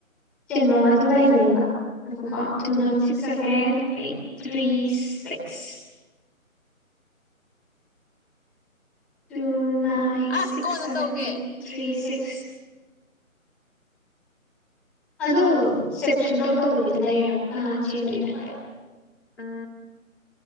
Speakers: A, in the centre; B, on the left (about 50°).
A: ꯆꯦꯟꯐꯝ ꯑꯗꯨ ꯂꯩꯕꯅꯦꯕ꯫ ꯉꯏꯈꯣꯀꯣ
B: ꯎꯝ
A: ꯇꯨ ꯉꯒꯤꯖꯦ ꯁꯚꯦꯟ ꯑꯩꯠ ꯊ꯭ꯔꯤ ꯁꯤꯛꯁ ꯁ ꯇꯨ ꯅꯥꯏꯟ
B: ꯑꯁ
A: ꯁꯤꯛꯁ
B: ꯀꯣꯟꯅ
A: ꯁꯚꯦꯟ
B: ꯇꯧꯒꯦ
A: ꯑꯩꯠ ꯊ꯭ꯔꯤ ꯁꯤꯛꯁ?? ꯑꯗꯨ ꯁꯦꯞ ꯁꯨꯝꯇꯧ ꯇꯧꯗꯕꯤꯗ ꯂꯩꯔꯦ ꯍꯥꯏꯕ ꯅꯍꯥꯟ ꯆꯦꯟꯗꯅꯦꯕꯗꯩꯩ꯫
B: ꯑ꯫